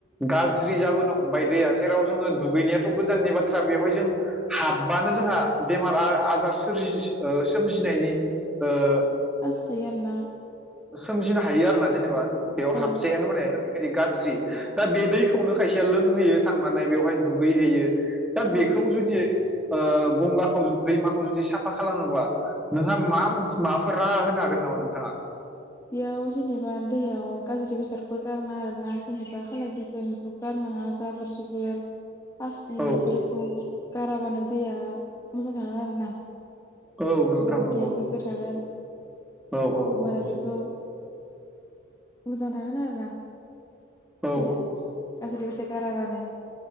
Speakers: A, in the centre; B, on the left.
A: गाज्रि जाबोनो हमबाय दैया जेराव जोङो दुगैनायाथ' गोजाननि बाथ्रा बेयाव हाय जों हाब्बानो जोंहा बेमार आजार सोरजि ओ- सोमजिनायनि ओ-
B: सान्स थायो आरो ना।
A: सोमजिनो हायो आरो ना जेनेबा बेयाव
B: औ
A: हाबजायानो माने। बेबायदि गाज्रि दा बे दैखौनो खायसेया लोंहोयो थांनानै बेवहाय दुगैहोयो। दा
B: औ
A: बेखौ जुदि ओ-गंगाखौ दैमाखौ जुदि साफा खालामोबा। नोंहा मा मोनस माबाफोर रा होनो हागोन नामा नोंथाङा?
B: बेयाव जेनेबा दैयाव गाज्रि बेसादफोर गारना आर ना जेनेबा खालाय दैफोन खौ गारनाङा जाबोर जुबोर। पासटि
A: औ
B: बेफोरखौ गाराबानो दैया मोजां थागोन आरोना।
A: औ नोंथां
B: होमबा
A: नंगौ
B: दैया गोग्गो थागोन
A: औ औ
B: होमबानो
A: औ
B: बेखौ मोजां थागोन आरोना
A: औ
B: दैैया गाज्रि बेसाद गाराबानो।